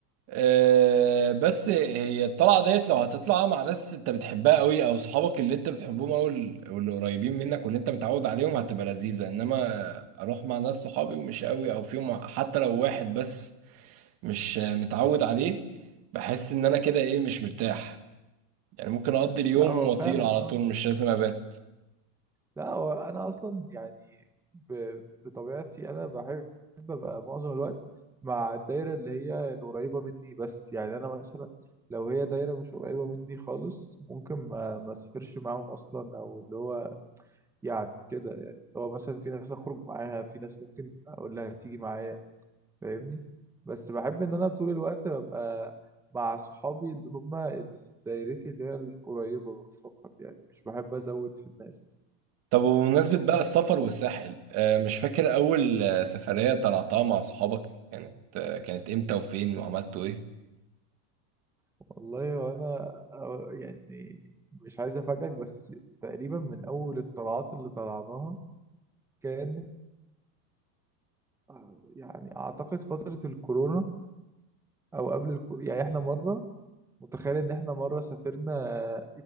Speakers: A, on the right (about 30°); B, in the centre.
A: أه بس هي الطلعه ديت لو هتطلع مع ناس انت بتحبها قوي او صحابك اللي انت بتحبهم او ال- واللي قريبين منك واللي انت متعود عليهم هتبقى لذيذه انما اروح مع ناس صحابي ومش قوي او فيهم حتى لو واحد بس مش متعود عليه بحس ان انا كده ايه مش مرتاح يعني ممكن اقضي اليوم
B: لا هو
A: واطير
B: فعلا
A: على
B: آه.
A: طول مش لازم ابات
B: لا هو انا اصلا يعني ب... بطبيعتي انا بحب ابقى معظم الوقت مع الدايره اللي هي القريبه مني بس يعني انا مثلا لو هي دايره مش قريبه مني خالص ممكن ما ما اسافرش معاهم اصلا او اللي هو يعني كده يعني اللي هو مثلا في ناس اخرج معاها في ناس ممكن اقول لها تيجي معايا فاهمني بس بحب ان انا طول الوقت ببقى مع صحابي اللي هم دايرتي اللي هي القريبه فقط يعني مش بحب ازود في الناس
A: طب وبمناسبة بقى السفر والساحل آه، مش فاكر أول آه، سفرية طلعتها مع صحابك كانت آه، كانت إمتى وفين وعملتوا إيه؟
B: والله وانا أو- يعني مش عايز افاجئك بس تقريبا من اول الطلعات اللي طلعناها كانت آه، يعني اعتقد فترة الكورونا او قبل الكو... يعني احنا مرة متخيل ان احنا مرة سافرنا